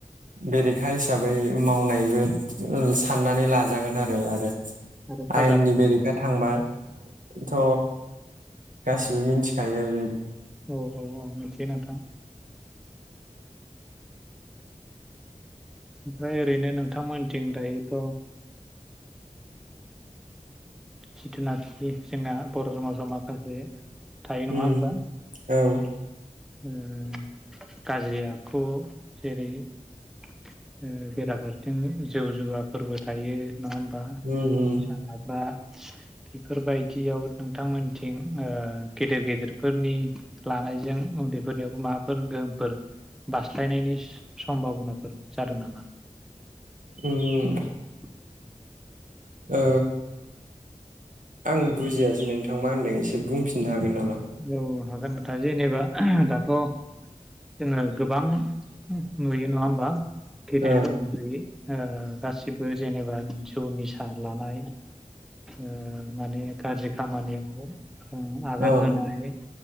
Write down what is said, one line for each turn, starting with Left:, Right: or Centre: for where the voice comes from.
Right: बेरेखा हिसाबै मावनायबो ओ साननानै लाजागोन आरो आरो
Centre: आरो साजा
Right: आयेननि
Centre: मोनगोन
Right: बेरेखा थांबा थ' गासिबो मिथिखायो बे
Centre: औ औ औ मिथिबाय नोंथां ओमफ्राय ओरैनो नोंथां मोनथिं दायोथ' ओ खेथिना खेथि जोंना बर' समाजाव माखासे थायो
Right: उम
Centre: नङा होनबा
Right: औ
Centre: उम गाज्रि आखु जेरै उम बेराफासेथिं जौ जुवाफोरबो थायो नङा होनबा
Right: उम उम
Centre: निसा जाग्रा बेफोरबायदियाव नोंथांमोनथिं ओ गेदेर गेदेरफोरनि लानायजों उन्दैफोरनियावबो माबाफोर गोहोमफोर बास्लायनायनि सम्भाबनाफोर जादों नामा
Right: उम
Centre: <inaudible>
Right: ओ आं बुजियासै नोंथां मा होनदों एसे बुंफिननो हागोन नामा?
Centre: औ हागोन नोंथां जेनेबा दाथ' जोङो गोबां नुयो नङा होमबा। गेदेर
Right: औ
Centre: उन्दै ओ गासिबो जेनेबा जौ निसा लानाय ओ माने गारजि खामानियाव उम आगान
Right: औ
Centre: होन बे